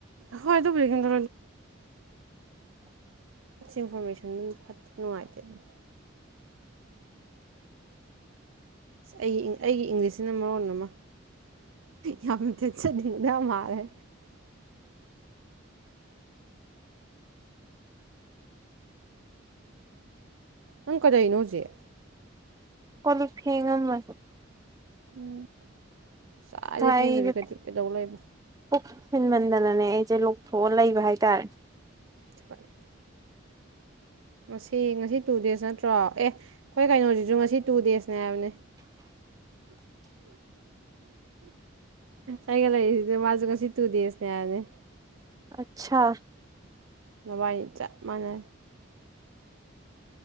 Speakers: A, on the right; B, on the right.
A: ꯍꯣꯏ ꯑꯗꯨ ꯕꯒꯝ ꯇ ꯏꯟꯐꯣꯔꯃꯦꯁꯟꯗꯨꯝ ꯐ ꯅꯨꯡꯉꯥꯏꯇ ꯑꯗꯨꯅꯤ ꯑꯩ ꯑꯩꯒꯤ ꯏꯪꯂꯤꯁꯁꯤꯅ ꯃꯔꯣꯟ ꯑꯃ ꯌꯥꯝ ꯊꯦꯠꯆꯅꯤꯡꯕꯗ ꯌꯥꯝ ꯃꯥꯜꯂꯦ ꯅꯪ ꯀꯩꯗꯧꯔꯤꯅꯣꯍꯧꯖꯤꯛ
B: ꯀꯣꯂꯨ ꯐꯦꯡꯉꯝꯝꯕ
A: ꯎꯝ ꯉꯋꯥꯏꯗꯩ ꯐꯦꯟꯗꯕꯤ
B: ꯑꯩꯁꯦ
A: ꯀꯩꯗꯧꯕ ꯂꯩꯣꯏꯕ
B: ꯄꯨꯛ ꯊꯤꯟꯃꯟꯗꯅꯅꯦ ꯑꯩꯁꯦ ꯂꯧꯊꯣꯛꯑ ꯂꯩꯕ ꯍꯥꯏꯇꯥꯔꯦ
A: ꯆꯄꯦ ꯉꯁꯤ ꯉꯁꯤ ꯇꯨ ꯗꯦꯖ ꯅꯠꯇ꯭ꯔꯣ ꯑꯦ ꯑꯩꯈꯣꯏ ꯀꯩꯅꯣꯁꯤꯁꯨ ꯉꯁꯤ ꯇꯨ ꯗꯦꯖꯅꯦ ꯍꯥꯏꯕꯅꯤ ꯑꯩꯒ ꯂꯩꯔꯤꯁꯤꯗ ꯃꯥꯁꯨ ꯉꯁꯤ ꯇꯨ ꯗꯦꯖꯅꯦ ꯍꯥꯏꯕꯅꯤ
B: ꯑꯆꯥ
A: ꯕꯥꯥꯏ ꯆꯥꯛ ꯃꯅꯦ